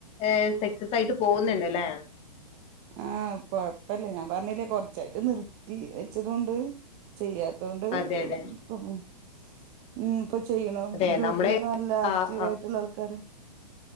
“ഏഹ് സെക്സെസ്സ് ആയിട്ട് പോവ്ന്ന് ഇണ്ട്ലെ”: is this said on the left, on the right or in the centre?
Left